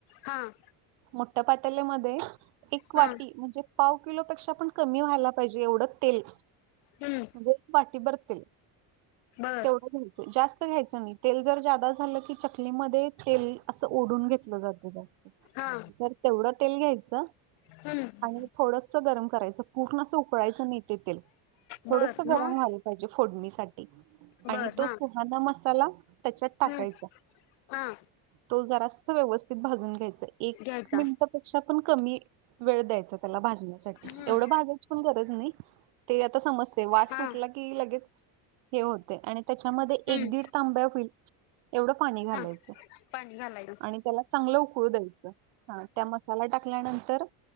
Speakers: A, on the left (about 80°); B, on the right (about 70°).
A: हां.
B: मोट पाती ल मध्ये एक
A: हा
B: वाटी म्हणजे, पाव किलोपेक्षा पण कमी व्हायला पाहिजे एवढं तेल.
A: हम्म
B: एक वाटी भरतील
A: बर
B: तेवढ जास्त घ्यायच नाही तेल जर जादा झालं की चकलीमध्ये तेल असं ओढून घेतलं जातं जास्त.
A: हा.
B: तर तेवढं तेल घ्यायचं.
A: हम्म
B: आणि थोडस गरम करायचं पूर्ण असं उकळायचं नाही ते तेल. थोडस
A: बर मग
B: गरम व्हाला पाहिजे फोडणीसाठी आणि
A: बर
B: तो
A: हा
B: सुहाान मस्त ला त्याच्यात टाकायचा
A: हम्म हा
B: तो जरा व्यवस्थित भाजून घ्यायचाय. एक
A: घ्यायचा
B: मिनिटपेक्षा पण, कमी वेळ द्यायच त्याला भाजण्यासाठी
A: हम्म
B: एवढं भाजायची पण गरज नाही ते आता समजते. वास
A: हा
B: सुटला की लगेच हे होते आणि त्याच्यामध्ये
A: हम्म
B: एक दीड तांब्या होईल एवढं पाणी घालायचं.
A: हा पाणी घालायल
B: आणि त्याला चांगलं उकडू द्यायचं. हा त्या मसाला टाकल्यानंतर